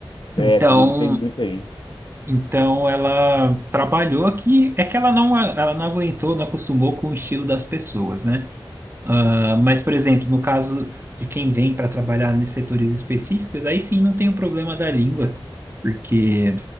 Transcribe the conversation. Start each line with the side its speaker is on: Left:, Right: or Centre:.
Left: É,
Right: Então,
Left: trigo tem muito aí.
Right: então ela trabalhou aqui, é que ela não, ela não aguentou, não acostumou com o estilo das pessoas, né? Ah, mas, por exemplo, no caso de quem vem para trabalhar nesses setores específicos, aí sim não tem o problema da língua, porque